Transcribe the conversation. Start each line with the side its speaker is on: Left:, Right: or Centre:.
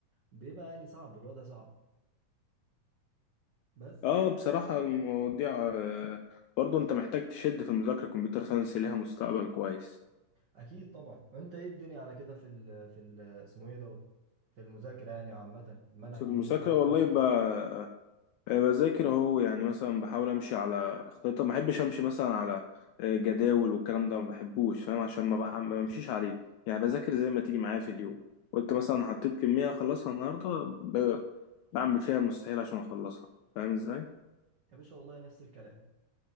Right: بيبقى يعني صعب الوضع صعب بس
Left: اه بصراحة المواضيع آه، برضه انت محتاج تشد في المذاكرة كمبيوتر ساينس ليها مستقبل كويس
Right: اكيد طبعا وانت ايه الدنيا على كده في ال في ال اسمه ايه دوت في المذاكره يعني عامه المنهج
Left: في المذاكرة
Right: ايه ماشي معاك
Left: والله
Right: تمام
Left: ب- آه، بذاكر اهو يعني مثلا بحاول امشي على خطة ما بحبش امشي مثلا على آه، جداول والكلام ده ما بحبوش فاهم عشان ما بح- ما بمشيش عليه يعني بذاكر زي ما تيجي معايا في اليوم قلت مثلا حطيت كمية اخلصها النهاردة ب- بعمل فيها المستحيل عشان اخلصها فاهم ازاي
Right: يا باشا والله نفس الكلام